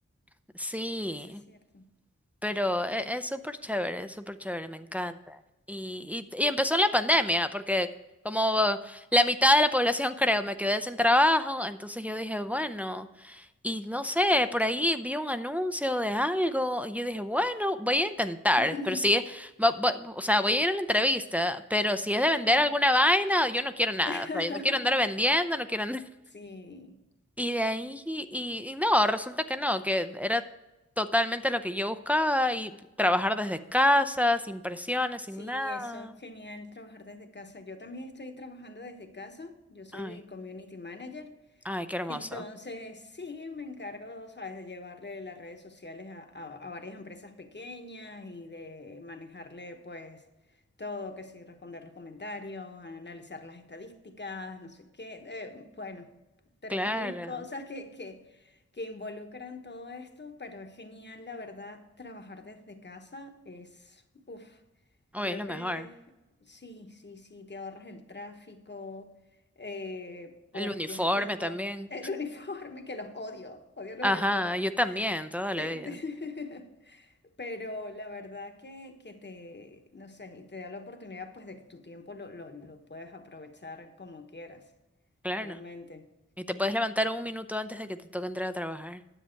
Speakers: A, in the centre; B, on the left.
A: <laughs> sí,
B: eso es cierto.
A: pero e- es súper chévere, es súper chévere, me encanta. Y, y, y empezó en la pandemia, porque como la mitad de la población, creo, me quedé sin trabajo, entonces yo dije, bueno. Y no sé, por ahí vi un anuncio de algo y yo dije, bueno, voy a intentar,
B: <laughs>
A: pero si es, va- va- o sea, voy a ir a la entrevista, pero si es de
B: Claro.
A: vender alguna vaina, yo no quiero nada,
B: <laughs>
A: o sea, yo no quiero andar vendiendo, no quiero andar... <laughs>
B: Sí,
A: Y de ahí, y, y no, resulta que no, que era totalmente lo que yo buscaba y trabajar desde casa, sin presiones,
B: sí,
A: sin nada.
B: eso es genial trabajar desde casa. Yo también estoy trabajando desde casa. Yo soy
A: Ay,
B: community manager.
A: ay, qué hermoso.
B: Entonces, sí, me encargo, ¿sabes?, de llevarle las redes sociales a, a- a varias empresas pequeñas y de manejarle, pues, todo, que sí, responder los comentarios, analizar las estadísticas, no sé qué. eh, bueno, tres
A: Claro.
B: mil cosas que, que, que involucran todo esto, pero es genial, la verdad, trabajar desde casa es, uff.
A: Hoy
B: Creo
A: es lo
B: que
A: mejor.
B: sí, sí, sí, te ahorras el tráfico, eh, pues
A: El uniforme
B: tienes tiempo.
A: también.
B: El <laughs> uniforme, que los odio, odio los
A: Ajá,
B: uniformes.
A: yo también, toda
B: Te-
A: la vida.
B: te- <laughs> Pero la verdad que, que te, no sé, y te da la oportunidad pues de que tu tiempo lo, lo, lo puedes aprovechar como quieras,
A: Claro.
B: realmente.
A: Y te puedes levantar un minuto antes de que te toque entrar a trabajar.